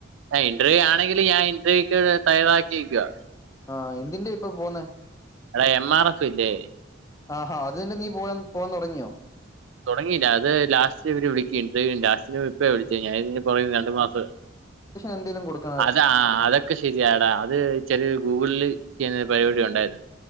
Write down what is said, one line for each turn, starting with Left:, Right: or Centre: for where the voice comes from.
Right: ഇന്റർവ്യൂ ആണെങ്കിൽ ഞാൻ ഇന്റർവ്യൂക്ക് തയ്യാറാക്കിയിരിക്കുവ.
Left: ആഹ് എന്തിന്റെ ഇപ്പൊ പോന്നേ.
Right: എടാ എം ആർ എഫ് ഇല്ലേ
Left: ആഹ് അതിന്റ നീ പോവാൻ പോവാൻ തുടങ്ങിയോ?.
Right: തുടങ്ങിയില്ല അത് ലാസ്റ്റ് ഇവര് വിളിക്കും ഇൻ്റർവ്യൂന് ലാസ്റ്റിന് ഇ വിളിച്ച് ഞാൻ ഇഞ്ഞിപ്പോ രണ്ടു മാസം.
Left: എന്തെങ്കിലും കൊടുക്കും.
Right: അതാ അതൊക്കെ ശരിയാടാ അത് ചെറിയ ഗൂഗിളിൽ ചെയ്യുന്നൊരു പരിപാടി ഉണ്ടായിരുന്നു.